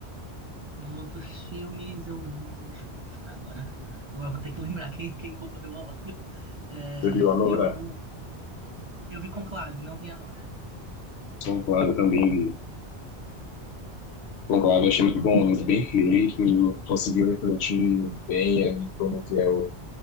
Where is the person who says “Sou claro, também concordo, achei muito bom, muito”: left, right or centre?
Left